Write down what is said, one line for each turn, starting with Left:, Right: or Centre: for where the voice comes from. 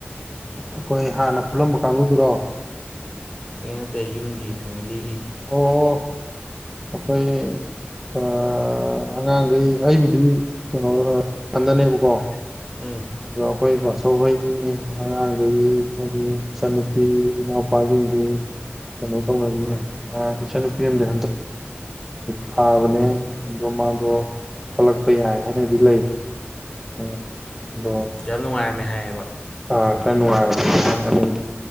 Centre: ꯑꯩꯈꯣꯏ ꯍꯥꯟꯅ ꯄꯨꯜꯂꯝꯕ ꯀꯥꯡꯕꯨꯗꯨꯔꯣ
Left: ꯅꯠꯇꯦ ꯌꯨꯝꯒꯤ ꯐꯦꯝꯃꯤꯂꯤꯒꯤ꯫
Centre: ꯑꯣ ꯑꯩꯈꯣꯏ ꯑ ꯑꯉꯥꯡꯒꯩ ꯑꯩꯕꯨꯗꯤ ꯀꯩꯅꯣ ꯏꯊꯟꯗꯅꯦꯕꯀꯣ꯫
Left: <unintelligible> ꯎꯝ꯫
Centre: ꯑꯗꯣ ꯑꯩꯈꯣꯏ ꯕꯥꯁꯧꯈꯩꯒꯤ ꯑꯉꯥꯡꯈꯩꯒꯤ ꯍꯥꯏꯗꯤ ꯏꯆꯟꯅꯨꯄꯤ ꯏꯅꯥꯎꯄꯥꯁꯤꯡꯗꯤ ꯀꯩꯅꯣ ꯇꯧꯅꯔꯤꯌꯦ
Left: ꯎꯝ
Centre: ꯑ ꯄꯁꯥ ꯅꯨ ꯄꯤꯦꯝꯗ ꯊꯥꯕꯅꯦ ꯑꯗꯣ ꯃꯥꯗꯣ
Left: ꯎꯝ
Centre: ꯊꯣꯛꯂꯛꯄ ꯌꯥꯏ ꯍꯥꯏꯅꯗꯤ ꯂꯩ ꯎꯝ ꯑꯗꯣ
Left: ꯌꯥꯝ ꯅꯨꯡꯉꯥꯏꯔꯝꯃꯦ ꯍꯥꯏꯌꯦꯕ
Centre: ꯑ ꯈꯔ ꯅꯨꯡꯉꯥꯏꯔꯝꯃꯦ ꯍꯥꯏ ꯑꯗꯨꯝ